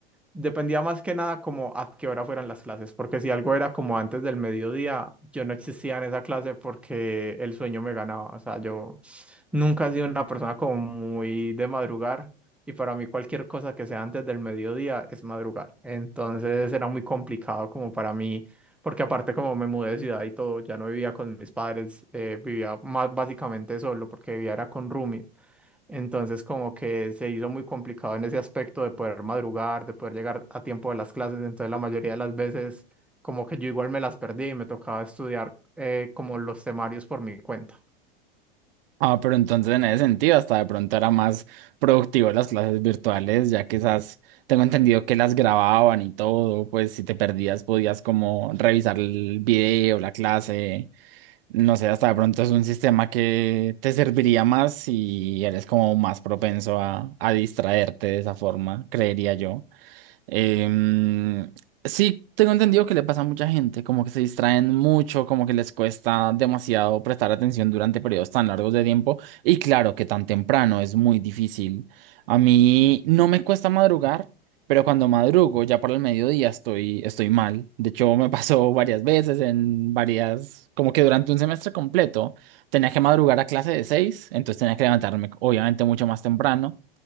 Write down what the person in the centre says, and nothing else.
Dependía más que nada como a qué hora fueran las clases, porque si algo era como antes del mediodía, yo no existía en esa clase porque el sueño me ganaba. O sea, yo nunca he sido una persona como muy de madrugar y para mí cualquier cosa que sea antes del mediodía es madrugar. Entonces era muy complicado como para mí, porque aparte como me mudé de ciudad y todo, ya no vivía con mis padres, eh, vivía más básicamente solo porque vivía era con roomies. Entonces, como que se hizo muy complicado en ese aspecto de poder madrugar, de poder llegar a tiempo de las clases. Entonces, la mayoría de las veces, como que yo igual me las perdí y me tocaba estudiar eh, como los temarios por mi cuenta.